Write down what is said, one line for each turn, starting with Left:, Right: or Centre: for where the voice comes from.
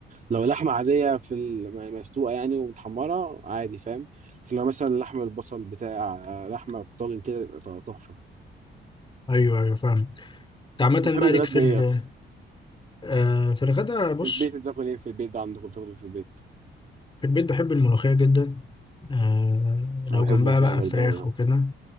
Right: لو لحمه عاديه في الم- مسلوقه يعني ومتحمره عادي فاهم لكن لو مثلا لحم البصل بتاع آه، لحمه بطاجن كده يبقى طع- تحفه
Left: ايوه ايوه فاهمك انت عامة
Right: انت بتحب
Left: بقى
Right: تتغدى
Left: ليك في ال-
Right: ايه اصلا
Left: آه، في الغدا بص
Right: في البيت بتاكل ايه في البيت ده عندكم بتاكل إيه في البيت
Left: في البيت بحب الملوخية جدا آه، لو
Right: انا بحب
Left: جنبها
Right: الملوخيه
Left: بقى
Right: برضه
Left: فراخ
Right: قوي ما
Left: وكده